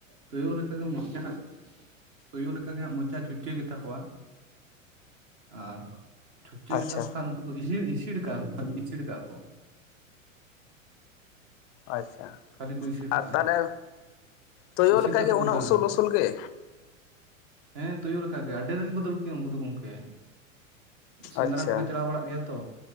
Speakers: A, on the right; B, on the left.
A: ᱛᱳᱭᱳ ᱞᱮᱠᱟ ᱜᱮ ᱢᱚᱪᱟ ᱦᱟᱸᱜ ᱛᱩᱭᱩ ᱞᱮᱠᱟ ᱜᱮ ᱦᱟᱸᱜ ᱢᱚᱪᱟ ᱪᱩᱪᱟᱹ ᱜᱮᱛᱟ ᱠᱚᱣᱟ, ᱟᱨᱼᱼ ᱪᱷᱩᱪᱟᱹ
B: ᱟᱪᱪᱷᱟ
A: ᱜᱮᱛᱟ ᱠᱚ ᱠᱷᱟᱱ ᱩᱱᱠᱩ ᱫᱚ ᱤᱦᱤᱲ ᱤᱥᱤᱲ ᱠᱟᱜ-ᱟ ᱠᱚ ᱠᱷᱟᱞᱤ ᱤᱥᱤᱲ ᱠᱟᱜ-ᱟ ᱠᱚ᱾
B: ᱟᱪᱪᱷᱟ
A: ᱠᱷᱟᱹᱞᱤ ᱠᱚ ᱤᱥᱤᱲ
B: ᱟᱨ
A: ᱠᱟᱜᱼᱟ
B: ᱛᱟᱦᱞᱮ ᱛᱳᱭᱳ
A: ᱤᱥᱤᱲ
B: ᱞᱮᱠᱟ‌
A: ᱠᱟᱛᱮᱫ
B: ᱜᱮ
A: ᱠᱚ
B: ᱩᱱᱟᱹᱜ
A: ᱫᱟᱹᱲᱟ
B: ᱩᱥᱩᱞ
A: ᱟᱨᱠᱤ
B: ᱩᱥᱩᱞ ᱜᱮ᱾
A: ᱦᱮᱸ ᱛᱩᱭᱩ ᱞᱮᱠᱟ ᱜᱮ ᱟᱰᱤ ᱨᱮᱜᱮ ᱫᱟᱹᱲ ᱠᱮᱭᱟ ᱩᱝᱠᱩ ᱫᱚ ᱜᱚᱝᱠᱮ᱾ ᱥᱮᱸᱫᱽᱨᱟ
B: ᱟᱪᱪᱷᱟ
A: ᱠᱚᱞᱮ ᱪᱟᱞᱟᱣ ᱵᱟᱲᱟᱜ ᱜᱮᱭᱟ ᱛᱚ